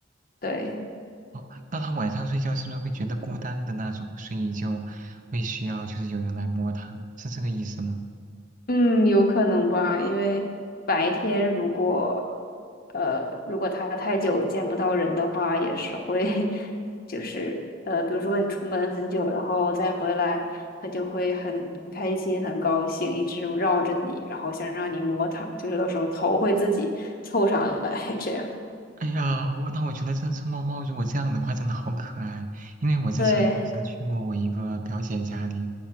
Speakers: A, on the left (about 50°); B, on the right (about 45°).
A: 对。
B: 哦，那它晚上睡觉是不是会觉得孤单的那种，所以就会需要就是有人来摸它，是这个意思吗？
A: 嗯，有可能吧，因为白天如果，呃，如果它太久见不到人的话，也是会，<laughs> 就是呃，比如说你出门很久，然后再回来，它就会很很开心、很高兴，一直绕着你，然后想让你摸它，就是有时候头会自己凑上来 <laughs>，这样。
B: 哎呀，我那我觉得这只猫猫如果这样的话，真的好可爱。因为我之前是去过我一个表姐家里，
A: 对，